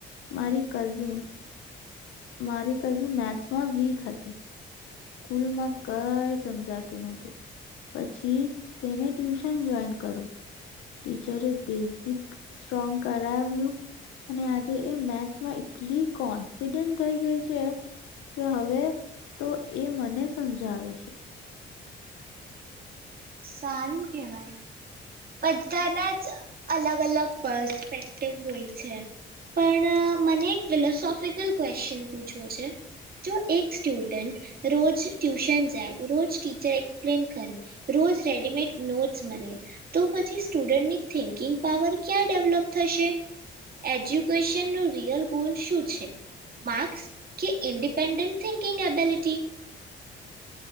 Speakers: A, on the left; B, on the right.
A: મારી કઝિન મારી કઝિન મેથમાં વીક હતી. સ્કૂલમાં કઈ સમજાતું નહોતું, પછી તેને ટ્યુશન જોઈન કરું. ટીચરે બેઝિક સ્ટ્રોંગ કરાવ્યું, અને આજે એ મેથ્સમાં એટલી કોન્ફિડન્ટ થઈ ગઈ છે, કે હવે તો એ મને સમજાવે છે.
B: સારું કેવાય. બધાના જ અલગ અલગ પસ્પેક્ટિવ હોય છે, પણ મને એક ફિલોસોફિકલ ક્વેશન પૂછવો છે, જો એક સ્ટુડન્ટ રોજ ટ્યુશન જાય રોજ ટીચર એક્સપ્લેન કરે રોજ રેડીમેડ નોટ્સ મળે. તો પછી સ્ટુડન્ટની થિન્કિંગ પાવર ક્યાં ડેવલપ થશે, એજ્યુકેશનનું રિયલ ગોલ શું છે, માર્સ કે ઇન્ડિપેન્ડન્ટ થિકિંગ એબિલિટી?